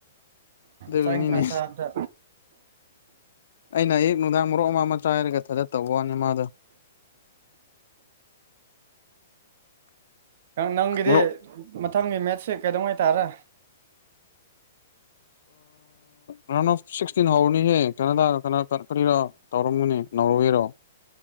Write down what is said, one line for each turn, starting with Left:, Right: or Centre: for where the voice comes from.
Left: ꯑꯗꯨꯒꯤꯅꯤꯅꯦ
Right: ꯆꯥꯛ ꯏꯟꯁꯥꯡ ꯆꯥꯕꯗ
Left: ꯑꯩꯅ ꯑꯌꯨꯛ ꯅꯨꯡꯗꯥꯡ ꯃꯣꯔꯣꯛ ꯑꯃ ꯑꯃ ꯆꯥꯏ ꯍꯥꯏꯔꯒ ꯊꯥꯖꯗꯕꯩ ꯋꯥꯅꯤ ꯃꯥꯗꯣ
Right: ꯅꯪ ꯅꯪꯒꯤꯗꯤ
Left: ꯃꯣꯔꯣꯛ
Right: ꯃꯊꯪꯒꯤ ꯃꯦꯠꯁꯤ ꯀꯩꯗꯧꯉꯩ ꯇꯥꯔꯦ
Left: ꯔꯥꯎꯟ ꯑꯣꯐ ꯁꯤꯛꯁꯇꯤꯟ ꯍꯧꯔꯅꯤꯍꯦ ꯀꯅꯥꯗꯥ ꯀ ꯀꯔꯤꯔꯣ ꯇꯧꯔꯝꯒꯅꯤ ꯅꯣꯔꯋꯦꯔꯣ